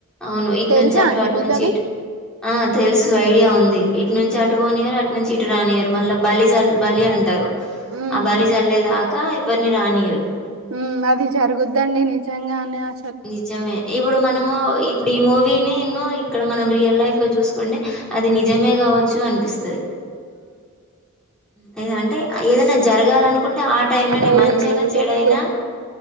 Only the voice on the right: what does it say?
తెలుసా
అండి
మీకు
అది
మ్మ్
మ్... అది జరుగుద్దండి నిజంగానే అ
అదైనా
మంచిదా